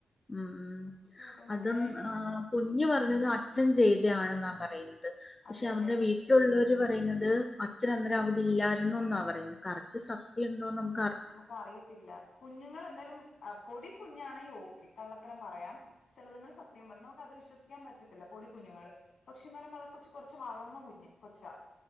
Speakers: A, on the left; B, on the left.
A: ഉം
B: സത്യമായിട്ടും
A: അതും
B: പറയാ എനിക്ക്
A: ആഹ് കുൻ കുഞ്ഞ് പറഞ്ഞത് അച്ഛൻ ചെയ്തയാണെന്നാ പറയുന്നത് പക്ഷെ
B: അതെ
A: അവന്റെ
B: അതെ അതെ
A: വീ ട്ടില്ള്ളോര് പറയുന്നത് അച്ഛൻ അന്നേരം അവിടെ ഇല്ലായിരുന്നുന്നാ പറയുന്നത് കറക്റ്റ് സത്യ ഉണ്ടോ നമു
B: നമുക്കറിയത്തില്ല കുഞ്ഞുങ്ങള് എന്തായാലും പൊടി കുഞ്ഞാണെ ഓക്കെ കള്ളത്തരം പറയാം ചെലത്ങ്ങള് സത്യം പറയും നമുക്ക് അത് വിശ്വസിക്കാൻ പറ്റത്തില്ല പൊടി കുഞ്ഞുങ്ങള് പക്ഷേ എന്ന് പറയുമ്പോ അത് കൊച്ച് കൊറച്ച് വളർന്ന കുഞ്ഞ് കൊച്ചാ